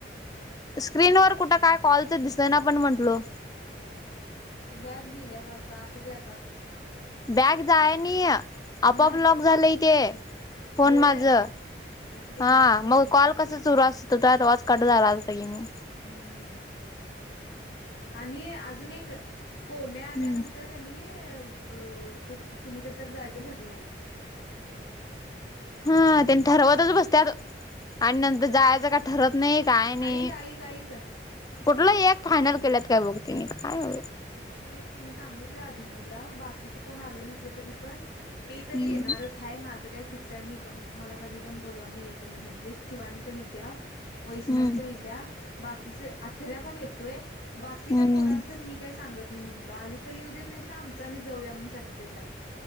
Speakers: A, on the left; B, on the left.
A: स्क्रीनवर कुटं काय कॉलचं दिसना पण म्हंटलो.
B: तू बॅक गेलीयास वाटतं. असू दे आता.
A: बॅक जाया नी. आपोप
B: हा
A: लॉक झालंय तेे. फोन
B: होय
A: माझं,
B: असू दे
A: हां
B: घे असू दे.
A: मग कॉल कसा सुरू असतो तर वाच कट झाला असता की म.
B: हम्म, आणि आजून एक कोम्या आल्यानंतर
A: हम्म.
B: कणी. ए ब कुणीकडं तर जायचं ठरलंय.
A: हं तेन ठरवतच बसत्यात, आणि नंत जायचं काय ठरत नाही. काय नई,
B: ऐक ऐक ऐक
A: कुठलं एक फायनल केल्यात काय बघ तिनी काय.
B: तेच की मी सांगिटलोय अभिनवला बाकीचं कोण आलं नसलं तरी पण मी तरी
A: हम्म.
B: येणारच हाय माझं मी काय फिक्स आय. मी क मला कधी पण बोलवा मी येतो म्हणून सांगिटलोय. शिवानी पण येत्या. वैष्णवी
A: हम्म
B: पण येत्या, बाकीचं आथऱ्या पण येतोय. बाकीच्या
A: हम्म
B: पोरांचं मी काय सांगत नाही आली तर येऊ देत नाही तर आमचं आम्ही जाऊया म्हणून सांगिटलोय त्याला.